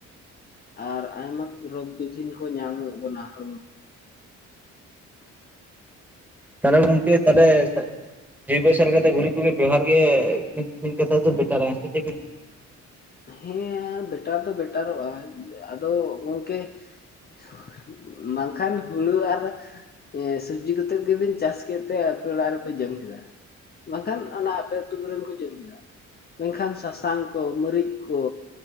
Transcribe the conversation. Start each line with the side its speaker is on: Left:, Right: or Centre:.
Left: ᱟᱨ ᱟᱭᱢᱟᱠ ᱨᱳᱜ ᱵᱤᱡᱤᱱ ᱠᱚ ᱧᱟᱢᱮᱫ ᱵᱚᱱᱟ ᱦᱟᱺᱲᱩ᱾
Centre: ᱛᱟᱦᱚᱞᱮ ᱜᱚᱢᱠᱮ ᱛᱟᱞᱮ ᱥᱮᱫ ᱡᱩᱭᱵᱚ ᱥᱟᱨ ᱠᱟᱛᱮ ᱜᱩᱨᱤᱡ ᱠᱚᱜᱮ ᱵᱮᱵᱦᱟᱨ ᱜᱮ, <unintelligible> ᱵᱮᱴᱟ ᱨᱟᱸᱥᱟ ᱪᱮᱫ ᱮ ᱢᱮᱱ᱾
Left: ᱦᱮᱸ ᱭᱟ ᱵᱮᱴᱟᱨ ᱫᱚ ᱵᱮᱴᱟᱨᱚᱜᱼᱟ ᱟᱫᱚ ᱜᱚᱢᱠᱮ <inaudible> ᱵᱟᱝᱠᱷᱟᱱ ᱦᱩᱲᱩ ᱟᱨ ᱦᱮᱸᱭᱮ ᱥᱩᱵᱽᱡᱤ ᱠᱚᱛᱮᱫ ᱜᱮᱵᱤᱱ ᱪᱟᱥ ᱠᱮᱛ ᱛᱮ ᱟᱯᱮ ᱚᱲᱟᱜ ᱨᱮᱯᱮ ᱡᱚᱢ ᱠᱮᱫᱟ, ᱵᱟᱝᱠᱷᱟᱱ ᱚᱱᱟ ᱟᱯᱮ ᱟᱹᱛᱩ ᱠᱚᱨᱮᱱ ᱠᱚ ᱡᱚᱢ ᱠᱮᱫᱟ, ᱢᱮᱱᱠᱷᱟᱱ ᱥᱟᱥᱟᱝ ᱠᱚ ᱢᱟᱹᱨᱤᱠ ᱠᱚ